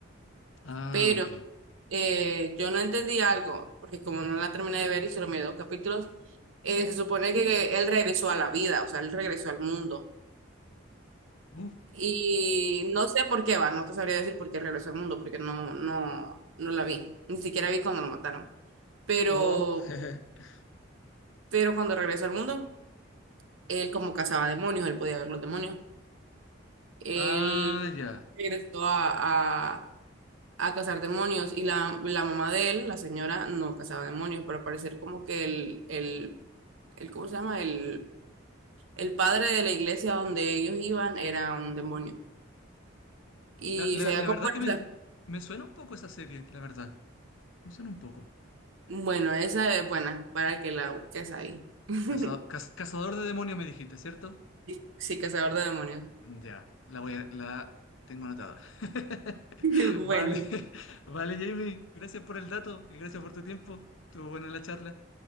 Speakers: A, on the left; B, on the right.
A: Ah,
B: pero
A: ok.
B: eh, yo no entendí algo, porque como no la terminé de ver y solo miré dos capítulos, eh, se supone que él regresó a la vida, o sea, él regresó al mundo.
A: Uf.
B: Y no sé por qué va, no te sabría decir por qué regresó al mundo, porque no, no, no la vi, ni siquiera vi cuando lo mataron. Pero,
A: Oh. <laughs>
B: pero cuando regresó al mundo, él como cazaba demonios, él podía ver los demonios. Él
A: Ah, ya.
B: regresó a, a, a cazar demonios y la, la mamá de él, la señora, no cazaba demonios, pero al parecer como que el, el el, ¿cómo se llama? El, el padre de la iglesia donde ellos iban era un demonio. Y
A: La, la-
B: se
A: la
B: había
A: verdad
B: comportado.
A: que me, me suena un poco esa serie, la verdad. Me suena un poco.
B: Bueno, esa es buena para que la busques ahí. <laughs>
A: Caza- caz- Cazador de demonios me dijiste, ¿cierto?
B: Sí, sí, cazador de demonios.
A: Ya, la voy a, la tengo anotada. <laughs>
B: <laughs> Bueno,
A: Vale, <laughs> vale, Jamie. Gracias por el dato y gracias por tu tiempo. Estuvo buena la charla.